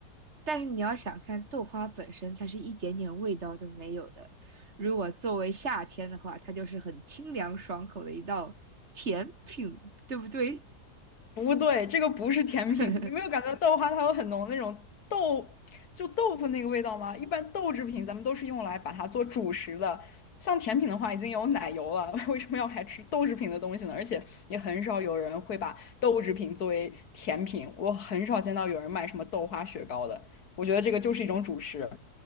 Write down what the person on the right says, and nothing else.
但是你要想看豆花本身，它是一点点味道都没有的。如果作为夏天的话，它就是很清凉爽口的一道甜品，对不对？
<laughs>